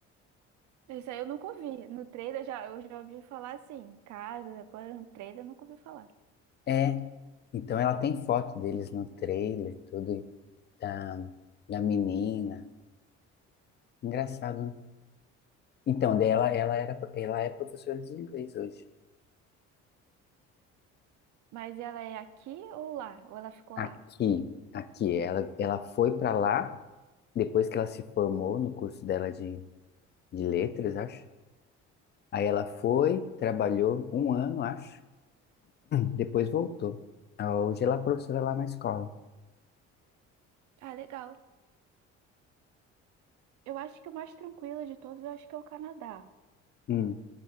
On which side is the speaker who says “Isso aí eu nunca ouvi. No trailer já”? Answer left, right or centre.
Right